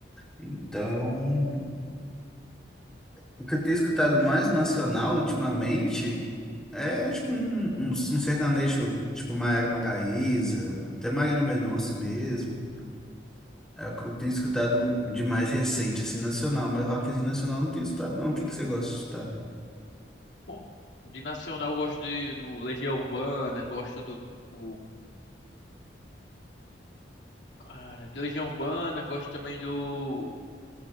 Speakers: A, in the centre; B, on the left.
A: Então. O que eu tenho escutado mais nacional ultimamente é tipo um, um, um sertanejo, tipo Maiara Maraíza, até Marília Mendonça mesmo. É o que eu tenho escutado de mais recente, assim, nacional, mas rockzinho nacional eu não tenho escutado não. O que que você gosta de escutar?
B: Bom, de nacional eu gosto de, do Legião Urbana, gosto do, do- cara, de Legião Urbana, gosto também do